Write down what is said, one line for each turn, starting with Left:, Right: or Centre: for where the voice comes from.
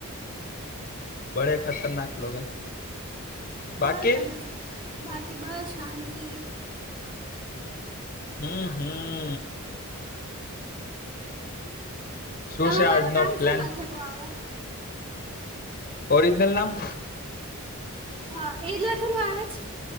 Left: બડે ખતરનાક લોગ હે. બાકી
Right: હા <unintelligible> બાકી બ શાંતિ.
Left: હમ્મ-હમ્મ. શું
Right: આમાં
Left: છે
Right: મારું
Left: આજનો
Right: નામ
Left: પ્લાન
Right: શું લખેલું આવે?
Left: ઓરિજનલ નામ?
Right: હા. એ જ લખેલું આવે છ?